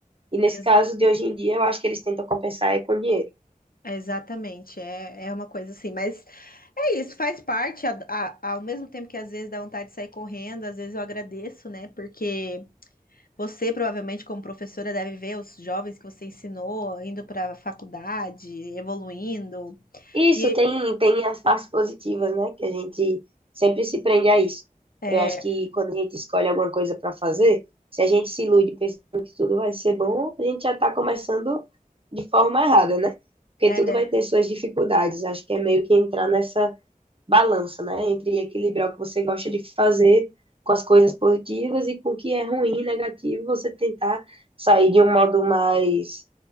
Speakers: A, on the right; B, on the left.
A: E nesse
B: ex-
A: caso de hoje em dia, eu acho que eles tentam compensar é com dinheiro.
B: exatamente. É, é uma coisa assim, mas é isso, faz parte. a- a- ao mesmo tempo que às vezes dá vontade de sair correndo, às vezes eu agradeço, né? Porque você, provavelmente, como professora, deve ver os jovens que você ensinou indo para a faculdade, evoluindo.
A: Isso
B: E
A: tem, tem as partes positivas, né? Que a gente sempre se prende a isso.
B: é,
A: Eu acho que quando a gente escolhe alguma coisa para fazer, se a gente se ilude pensando que tudo vai ser bom, a gente já está começando de forma errada, né? Porque
B: é,
A: tudo vai ter suas dificuldades. Acho que é meio que entrar nessa balança, né? Entre equilibrar o que você gosta de fazer com as coisas positivas e com o que é ruim, negativo, você tentar sair de um modo mais,